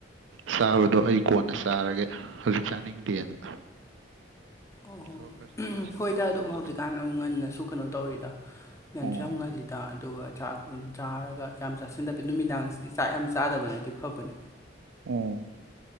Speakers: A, on the right; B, on the left.
A: ꯆꯥꯕꯗꯣ ꯑꯩ ꯀꯣꯟꯅ ꯆꯥꯔꯒꯦ ꯍꯧꯖꯤꯛ ꯆꯥꯅꯤꯡꯗꯦꯅ
B: ꯑꯣ
A: ꯊꯕꯛ ꯈꯔ ꯁꯨꯝ ꯂꯣꯏꯁꯤꯜꯂꯝꯕꯅꯤꯗ
B: ꯍꯣꯏꯗ ꯑꯗꯨꯝ
A: ꯍꯧꯖꯤꯛ
B: ꯍꯧꯖꯤꯛꯀꯥꯟ ꯑ ꯉꯟꯅꯁꯨ ꯀꯩꯅꯣ ꯇꯧꯔꯤꯗ ꯉꯟꯁꯨ
A: ꯑꯣ
B: ꯌꯥꯝ ꯉꯜꯂꯤꯗ ꯑꯗꯨꯒ ꯆꯥꯛ ꯎꯝ ꯆꯥꯔꯒ ꯌꯥꯝ ꯆꯥꯁꯤꯟꯗꯕꯤ ꯅꯨꯃꯤꯗꯥꯡꯁꯤꯗꯤ ꯆꯥꯛ ꯌꯥꯝ ꯆꯥꯗꯕꯅꯗꯤ ꯐꯕꯅꯦ
A: ꯑꯣ